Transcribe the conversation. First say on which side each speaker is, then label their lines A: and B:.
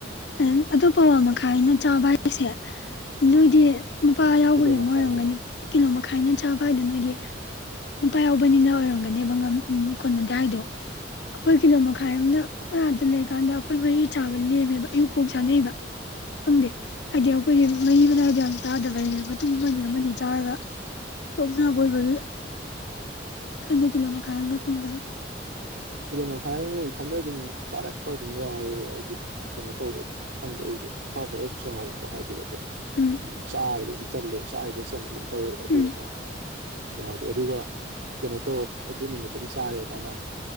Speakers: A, on the left; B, on the right.
A: ꯎꯝ ꯑꯗꯣ ꯄꯥꯎꯋꯥ ꯃꯈꯥꯏ ꯍꯥꯏꯅ ꯆꯥꯕ ꯍꯥꯏꯁꯦ ꯅꯣꯏꯗꯤ ꯅꯨꯄꯥ ꯌꯥꯎꯕꯒꯤ
B: ꯀꯤꯂꯣ
A: ꯑꯃꯨꯛ
B: ꯃꯈꯥꯏ
A: ꯑꯣꯏꯔꯝꯒꯅꯤ
B: ꯍꯥꯏꯕ
A: ꯀꯤꯂꯣ ꯃꯈꯥꯏꯅ ꯆꯥꯕ ꯍꯥꯏꯗꯣ ꯅꯣꯏꯒꯤ ꯅꯨꯄꯥ ꯌꯥꯎꯕꯅꯤꯅ ꯑꯣꯏꯔꯝꯒꯅꯦꯕ ꯎꯝ ꯀꯣꯟꯅꯗꯦ ꯍꯥꯏꯗꯣ ꯑꯩꯈꯣꯏ
B: ꯍꯣꯏ
A: ꯀꯤꯂꯣ ꯃꯈꯥꯏ ꯑꯃꯅ ꯑꯩꯈꯣꯏ ꯍꯥꯥꯗ ꯂꯩꯔꯤꯀꯥꯟꯗ ꯑꯩꯈꯣꯏ ꯃꯔꯤ ꯆꯥꯕ ꯂꯦꯝꯃꯦꯕ ꯑꯌꯨꯛꯄꯣꯛ ꯆꯥꯅꯩꯕ ꯈꯪꯗꯦ ꯍꯥꯏꯗꯤ ꯑꯩꯈꯣꯏꯁꯦ ꯃꯍꯤ ꯃꯅꯥꯏꯗ ꯌꯥꯝ ꯆꯥꯗꯕꯩꯅꯦꯕ ꯃꯇꯨꯝ ꯑꯃꯅꯤ ꯑꯃꯅꯤ ꯆꯥꯔꯒ ꯇꯣꯛꯅꯕ ꯑꯣꯏꯕꯒꯤ ꯈꯪꯗꯦ ꯀꯤꯂꯣ ꯃꯈꯥꯏ ꯑꯝꯒ ꯊꯣꯡꯕꯁꯦ
B: ꯀꯂꯣ ꯃꯈꯥꯏꯅ ꯏꯊꯟꯇ ꯑꯗꯨꯝ ꯆꯥꯔꯛꯄ ꯑꯗꯨꯝ ꯌꯥꯎꯋꯦ ꯍꯥꯏꯗꯤ ꯀꯩꯅꯣ ꯇꯧꯕ ꯈꯪꯗꯦ ꯑꯩꯁꯦ ꯆꯈꯥꯎ ꯈꯔ ꯆꯥꯎꯕ ꯍꯥꯏꯗꯣꯏꯔ ꯀꯩꯅꯣ
A: ꯎꯝ
B: ꯆꯕꯗ ꯆꯂꯦ ꯆꯔꯤꯒꯩ ꯆꯜꯂꯦ ꯇꯧꯋꯦꯕ ꯑꯗꯨꯗꯨꯅ
A: ꯎꯝ
B: ꯌꯥꯗꯦ ꯑꯗꯨꯒ ꯀꯩꯅ ꯇꯧꯑꯣ ꯑꯗꯨ ꯅꯨꯃꯤꯠꯇꯨꯝꯃ ꯆꯥꯔꯦ ꯑꯗꯥꯏꯍꯅ